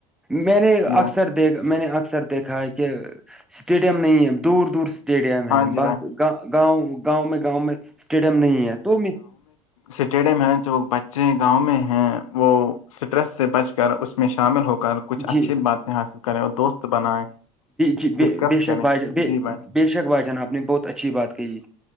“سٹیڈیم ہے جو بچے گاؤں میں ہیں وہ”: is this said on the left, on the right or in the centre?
Left